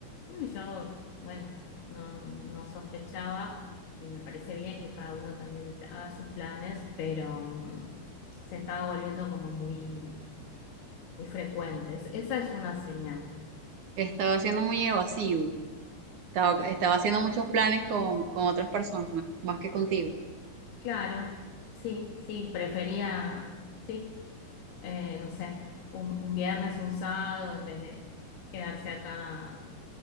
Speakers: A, on the left; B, on the right.
A: y yo, bueno, no, no sospechaba y me parece bien que cada uno también haga sus planes, pero mm, se estaba volviendo como muy, muy frecuente. Es- Esa es una señal.
B: Estaba siendo muy evasivo, estaba, estaba haciendo muchos planes con, con otras personas, más que contigo.
A: Claro, sí, sí, prefería, sí, eh, no sé, un, un viernes, un sábado, en vez de quedarse acá